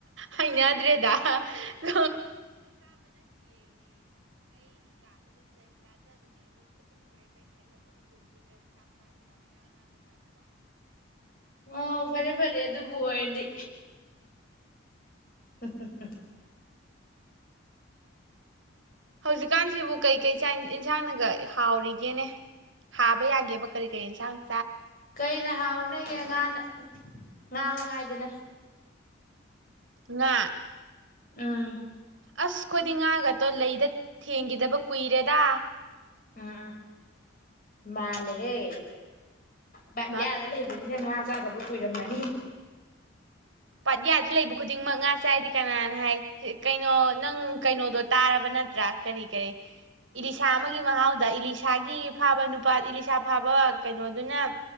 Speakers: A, on the right; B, on the left.
A: ꯍꯩꯅꯗ꯭ꯔꯦꯗ <inaudible>
B: ꯍꯣ ꯐꯔꯦ-ꯐꯔꯦ ꯑꯗꯨꯕꯨ ꯑꯣꯏꯔꯗꯤ ꯍꯥ-ꯍꯥ-ꯍꯥ
A: ꯍꯧꯖꯤꯛꯀꯥꯟꯁꯤꯕꯨ ꯀꯩ-ꯀꯩ ꯆꯥꯏ-ꯏꯟꯁꯥꯡꯅꯒ ꯍꯥꯎꯔꯤꯒꯦꯅꯦ ꯍꯥꯕ ꯌꯥꯒꯦꯕ ꯀꯔꯤ-ꯀꯔꯤ ꯑꯦꯟꯁꯥꯡ
B: ꯀꯩꯅ ꯍꯥꯎꯔꯨꯅꯦꯒꯦ ꯉꯥꯅ ꯉꯥꯃꯉꯥꯏꯗꯅ
A: ꯉꯥ
B: ꯎꯨꯝ
A: ꯑꯁ ꯈꯣꯏꯗꯤ ꯉꯥꯒꯥꯛꯇꯣ ꯂꯩꯗ ꯊꯦꯡꯒꯤꯗꯕ ꯀꯨꯏꯔꯦꯗ
B: ꯎꯝ-ꯎꯝ ꯃꯥꯜꯂꯦꯍꯦ ꯄꯥꯠꯌꯥꯗ
A: ꯃꯥ
B: ꯂꯩꯕ ꯂꯣꯏꯅ ꯉꯥ ꯆꯥꯗꯕ ꯀꯨꯏꯔꯝꯃꯅꯤ
A: ꯄꯥꯠꯍꯥꯗ ꯂꯩꯕ ꯈꯨꯗꯤꯡꯃꯛ ꯉꯥ ꯆꯥꯏꯗꯤ ꯀꯅꯥꯅ ꯍꯥꯏ ꯍ ꯀꯩꯅꯣ ꯅꯪ ꯀꯩꯅꯣꯗꯨ ꯇꯥꯔꯕ ꯅꯠꯇ꯭ꯔ ꯀꯔꯤ-ꯀꯔꯤ ꯏꯂꯤꯁꯥ ꯑꯃꯒꯤ ꯃꯍꯥꯎꯗ ꯏꯂꯤꯁꯥꯒꯤ ꯐꯥꯕꯥ ꯅꯨꯄ ꯏꯂꯤꯁꯥ ꯐꯥꯕ ꯀꯩꯅꯣꯗꯨꯅ